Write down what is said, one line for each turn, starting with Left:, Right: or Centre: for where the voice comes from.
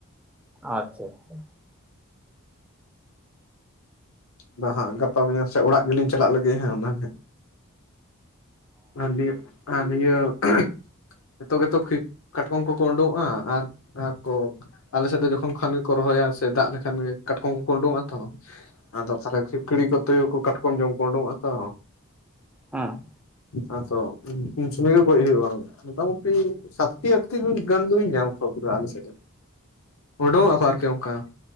Centre: ᱟᱪᱪᱷᱟ ᱟᱪᱪᱷᱟ᱾
Left: ᱵᱟ ᱦᱟᱸᱜ ᱜᱟᱯᱟ ᱢᱮᱭᱟᱝ ᱥᱮ ᱚᱲᱟᱜ ᱜᱮᱞᱤᱧ ᱪᱟᱞᱟᱜ ᱞᱟᱹᱜᱤᱫ ᱦᱟᱸᱜ ᱚᱱᱟ ᱜᱮ᱾ ᱟᱨ ᱱᱤᱭᱟᱹ ᱟᱨ ᱱᱤᱭᱟᱹ <inaudible> ᱱᱤᱛᱚᱜ ᱜᱮ ᱛᱚ ᱠᱷᱤᱠ ᱠᱟᱴᱠᱚᱢ ᱠᱚ ᱠᱚ ᱩᱸᱰᱩᱝᱚᱜᱼᱟ ᱟᱨ, ᱟᱨ ᱠᱚ ᱟᱞᱮ ᱥᱮᱫ ᱫᱚ ᱡᱚᱠᱷᱚᱱ ᱠᱷᱟᱱ ᱜᱮ ᱠᱚ ᱨᱚᱦᱚᱭᱟ ᱥᱮ ᱫᱟᱜ ᱞᱮᱠᱷᱟᱱ ᱜᱮ ᱠᱟᱴᱠᱚᱢ ᱠᱚ ᱠᱚ ᱩᱸᱰᱩᱝᱚᱜ-ᱟ ᱛᱚ᱾ ᱟᱫᱚ ᱥᱟᱨᱮ ᱠᱷᱤᱠᱲᱤ ᱠᱚ ᱛᱩᱭᱩ ᱠᱚ ᱠᱟᱴᱠᱚᱢ ᱡᱚᱢ ᱠᱚ ᱩᱸᱰᱩᱝᱚᱜ-ᱟ ᱛᱚ᱾
Centre: ᱦᱮᱸ
Left: ᱦᱟᱸ ᱛᱚ ᱥᱚᱢᱚᱭᱤ ᱜᱮ ᱜᱚᱡ ᱦᱩᱭᱩᱜᱼᱟ᱾ ᱢᱚᱴᱟᱢᱩᱴᱤ ᱥᱟᱛᱴᱤ ᱟᱴᱛᱤ ᱜᱟᱱ ᱫᱚᱞᱤᱧ ᱧᱟᱢ <unintelligible> ᱟᱞᱤᱧ ᱥᱮᱫ <inaudible> ᱩᱰᱩᱝᱼᱚᱜ ᱟᱠᱚ ᱟᱨ ᱠᱤ ᱚᱱᱠᱟ ᱾